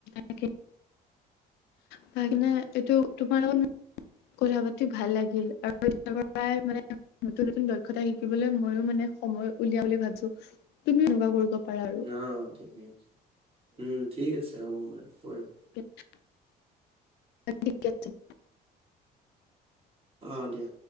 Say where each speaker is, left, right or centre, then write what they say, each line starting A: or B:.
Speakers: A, on the left (about 80°); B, on the right (about 35°).
A: তাকে সেইকাৰণে
B: অ
A: এইটো তোমাৰ লগত কথা পাতি ভাল লাগিল <unintelligible> আৰু পৰাই মানে তু <unintelligible> তা শিকিবলৈ ময়ো মানে সময় উলিয়া বুলি ভাবছো, তুমিও এনেকুৱা কৰিব পাৰা আৰু।
B: অ, ঠিকেই কৈছা উম, ঠিক আছে হ'ব বাৰু কৰিম।
A: কি <unintelligible> অ, ঠিক আছে <unintelligible>
B: অ, দিয়া।